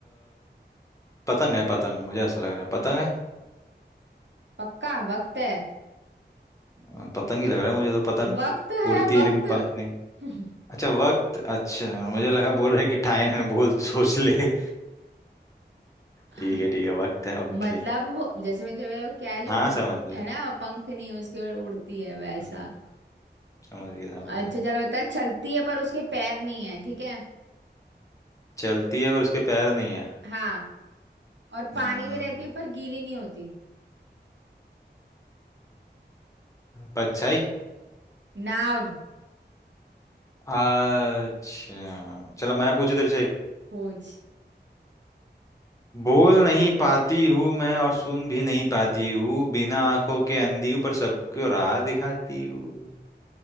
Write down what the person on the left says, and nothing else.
पतंग है पतंग मुझे ऐसा लग रहा है पतंग है
अ, पतंग ही लग रहा है मुझे तो पतंग
उड़ती
है लेकिन
पंख नहीं
अच्छा वक्त अच्छा मुझे लगा बोल रहे कि टाइम है बोल सोच ले <laughs> ठीक
है ठीक है वक्त है ओके
हाँ
समझ गया
हम्म, समझ गया समझ गया
चलती है पर उसके पैर नहीं है
हम्म,
परछाई
अच्छा चलो मैं पूछू तेरे से एक
बोल नहीं पाती हूँ मैं और सुन भी नहीं पाती हूँ बिना आंखों के अंधी हूँ पर सबको राह दिखाती हूँ